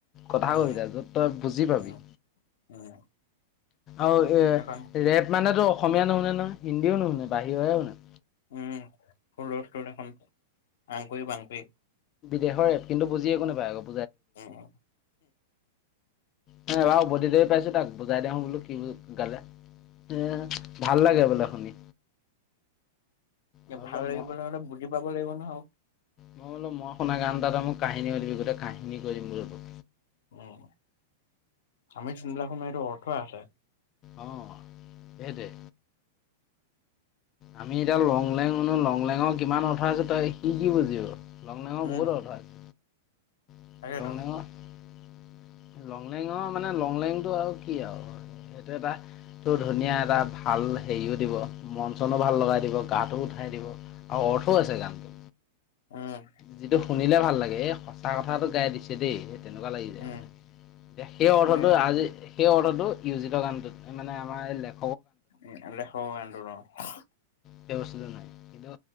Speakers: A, on the left; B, on the left.
A: কথা
B: উম
A: কবিতা য'ত তই বুজি
B: উম
A: পাবি।
B: উম
A: আৰু এ
B: এখন
A: ৰেপ মানে তোৰ অসমীয়া নুশুনে নহয়, হিন্দীও নুশুনে। বাহিৰৰহে শুনে।
B: উম হুলস্থূল এইখন আংকুুৰি বাংকুৰি।
A: দেহৰ কিন্তু বুজি একো নেপাই আক।
B: উম।
A: <unintelligible> পাইছো তাক বুজাই দেওঁ বোলো কি গালে। আহ ভাল লাগে বোলে শুনি।
B: এ
A: বোলো
B: ভাল লাগিব
A: ম
B: হলে বুজি পাব লাগিব নহয়।
A: মই বোলো মই শুনা গান এটা তই মোক কাহিনী দিবি। গোটেই কাহিনী কয় দিম তোক।
B: উম সামৰিক চিনেমাখনৰ এইটো অৰ্থ আছে।
A: অ সেইটোৱে। আমি এতিয়া লংলেং শুনো লং লঙক। কিমান অৰ্থ আছে তই সি কি বুজি <unintelligible>
B: উম
A: বহুত অৰ্থ আছে। <unintelligible>
B: তাকেতো
A: লংলেঙৰ মানে লংলেংটো আৰু কি আৰু এইটো এটা তাতকো ধুনীয়া এটা ভাল হেৰিও দিব। মন চনো ভাল লগাই দিব গাটো উঠাই দিব। আৰু অৰ্থও আছে গানটোৰ
B: উম।
A: যিটো শুনিলে ভাল লাগে। এই সঁচা কথাটো গাই দিছে দেই। তেনেকুৱা লাগি যায়
B: উম
A: মানে। সেই অৰ্থটো
B: তাকে
A: আজি সেই অৰ্ডাটো ইয়োজিত গানটোত। মানে আমাৰ লেপ
B: <unintelligible>
A: সেই বস্তুটো নাই কিন্তু